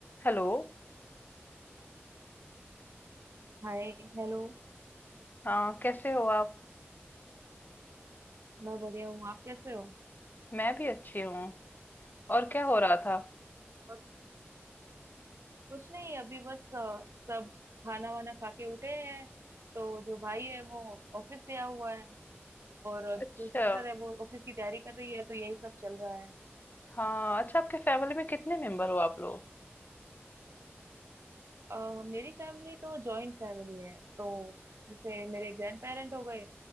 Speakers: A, on the left (about 45°); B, on the right (about 80°).
A: Hello
B: हाय hello
A: हाँ कैसे हो आप
B: मैं बढ़िया हूँ आप कैसे हो
A: मैं भी अच्छी हूँ और क्या हो रहा था
B: और कुछ नहीं अभी बस अ, सब खाना वाना खा के उठे हैं तो जो भाई है वो ऑफिस गया हुआ है और अ,
A: अच्छा
B: जो सिस्टर है वो ऑफिस की तैयारी कर रही है तो यही सब चल रहा है
A: हाँ अच्छा आपके फैमिली में कितने मेंबर हो आप लोग
B: अ, मेरी फैमिली तो जॉइंट फैमिली है तो जैसे मेरे ग्रैंड पेरेंट हो गए